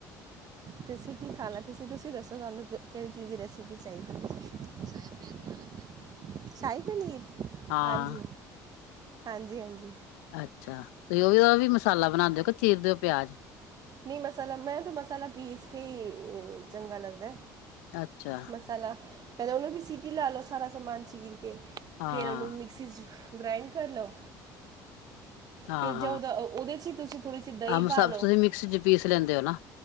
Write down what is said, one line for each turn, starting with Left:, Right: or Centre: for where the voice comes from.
Right: ਤੁਸੀਂ ਕੀ ਖਾਣਾ, ਤੁਸੀਂ -ਤੁਸੀਂ ਦੱਸੋ ਤੁਹਾਨੂੰ ਕਿਹੜੀ ਚੀਜ਼ ਰਪ ਚਾਹੀ ਸ਼ਆਹੀ ਪਨੀਰ ਬਣਾ ਲੈਂਦੇ ਹੋ। ਸ਼ਾਹੀ ਪਨੀਰ
Left: ਹਾਂ
Right: ਹਾਂਜੀ -ਹਾਂਜੀ -ਹਾਂਜੀ
Left: ਅੱਛਾ! ਤੁਸੀਂ ਉਹ ਵੀ ਉਹਦਾ ਵੀ ਮਸਾਲਾ ਬਣਾਉਂਦੇ ਓ ਕਿ ਚੀਰ ਦੇਓ ਪਿਆਜ
Right: ਨਹੀਂ ਮਸਾਲਾ ਮੈਂ ਤਾਂ ਮਸਾਲਾ ਪੀਸ ਕੇ ਚੰਗਾ ਲੱਗਦਾ
Left: ਅੱਛਾ!
Right: ਮਸਾ ਉਹਨੂੰ ਵੀ ਸੀਟੀ ਲਾ ਲੋਓ। ਸਾਰਾ ਸਮਾਨ ਚੀਨ ਕੇ
Left: ਹਾਂ
Right: ਫੇਰ, ਉਹਨੂੰ ਮਿਕਸੀ 'ਚ ਗ੍ਰਾਇੰਡ ਕਰ ਲਓ।
Left: ਹਾਂ
Right: ਫਿਰ ਜ
Left: ਹਾਂ
Right: ਦਾ ਉਹਦੇ ਚ ਹੀ ਤੁਸੀਂ ਥੋੜ੍ਹੀ ਜਿ ਦਹੀਂ
Left: ਆਹ
Right: ਪਾ
Left: ਸਭ
Right: ਲਓ
Left: ਤੁਸੀਂ ਮਿਕਸ ਚ ਪੀਸ ਲੈਂਦੇ ਹੋ ਨਾ